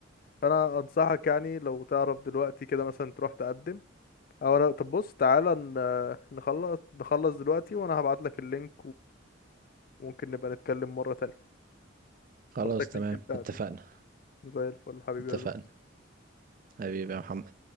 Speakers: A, on the left (about 45°); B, on the right (about 40°).
A: فانا انصحك يعني لو تعرف دلوقتي كده مثلا تروح تقدم او انا طب بص تعالى ن- نخلص نخلص دلوقتي وانا هبعت لك اللينك وممكن نبقى نتكلم مرة تانية
B: خلاص
A: بعت لك
B: تمام
A: لينك التقديم
B: اتفقنا
A: زي الفل حبيبي
B: اتفقنا
A: يا زوز
B: حبيبي يا محمد